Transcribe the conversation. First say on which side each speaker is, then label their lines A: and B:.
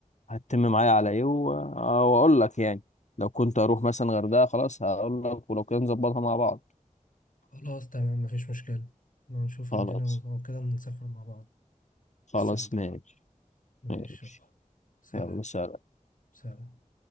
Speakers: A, on the left (about 60°); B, on the left (about 80°).
A: هتتم معايا على ايه و- آه، واقول لك يعني لو كنت اروح مثلا غردقة خلاص هقول لك ولو كده نظبطها مع بعض
B: خلاص تمام مفيش مشكلة نشوف
A: خلاص
B: الدنيا وكده نسافر مع بعض
A: خلاص
B: الصيف ده
A: ماشي
B: ماشي
A: ماشي
B: يلا سلام
A: يلا سلام
B: سلام